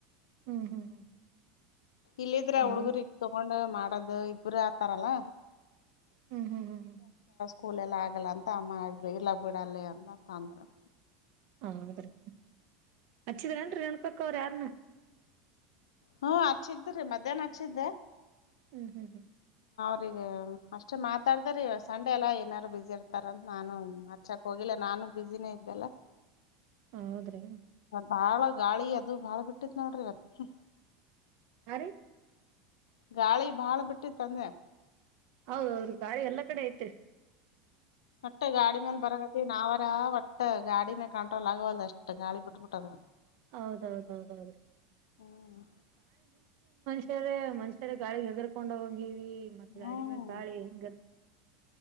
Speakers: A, on the right (about 60°); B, on the left (about 80°).
A: ಹ್ಮ್ ಹ್ಮ್ ಹ್ಮ್ ಹ್ಮ್
B: ಇಲ್ಲಿದ್ರೆ
A: ಹೌದು
B: ಹುಡುಗ ತಗೊಂಡ ಮಾಡದು ಇಬರು ಆತಾರಲ್ಲ
A: ಹ್ಮ್ ಹ್ಮ್ ಹ್ಮ್ ಹ್ಮ್
B: ಕೂಲೆಲ್ಲ ಆಗಲ್ಲಂತ ಮಾಡ್ರಿ ಇಲ್ಲ ಬಿಡಲ್ಲ ಅಂತ ಆದರು
A: ಹೌದ್ರೀ ಹಚ್ಚಿದ್ರೇನ್ ರೇಣುಕಾ ಅಕ್ಕರು ಅವರು ಯಾರನ
B: ಹ್ಮ ಹಚ್ಚಿದ್ರಿ ಮಧ್ಯಾಹ್ನ ಹಚ್ಚಿದ್ದೆ
A: ಹ್ಮ್ ಹ್ಮ್
B: ಅವಗಿ ಅಷ್ಟೆ ಮಾತಾಡಿದ್ರ ಇವತ್ ಸಂಡೆ ಎಲ್ಲ ಏನಾದಾರರು ಬಿಸಿಿ ಇರ್ತಾರಂತ ನಾನು ಹಚ್ಚಕ್ ಹೋಗಿಲ್ಲ ನಾನು ನಾನು ಬಿಸಿನೇ ಇದ್ದಲ್ಲ
A: ಹೌದ್ರಿ
B: ಬಾಳ ಗಾಳಿ ಅದು ಬಾಳ ಬಿಟ್ಟತ್ ನೋಡ್ರಿ ಇವತ್ತು
A: ಆ ರೀ
B: ಗಾಳಿ ಭಾಳ ಬಿಟ್ಟು ಅಂದೇ
A: ಹೌದೌಹೌದ ರೀ ಗಾಳಿ ಎಲ್ಲಾ ಕಡೆ ಐತೆ
B: ವಟ ಗಾಡಿ ಮೇಲ್ ಬರಕತಿ ನಾವ ಒಟ್ಟ ಗಾಡಿನ ಕಂಟ್ರೋಲ್ ಆಗುವಲ್ಲ ಅಷ್ಟು ಗಾಳಿ ಬಿಟ್ಬಿಟ್ಟದ
A: ಹೌದೌದೌದೌದು
B: ಹ್ಮ್
A: ಮಷ್ಯರೇ ಮನುಷ್ಯರ ಗಾಳಿಗೆ ಹೆಗರ್ಕೊಂಡ್ ಹೋಗಂಗಿವಿ ಈ ಮತ್ತ ಗಾಡಿಮೆಗ್
B: ಹ್ಮ್
A: ಗಾಳಿ ಹೆಂಗಿರುತ್ತ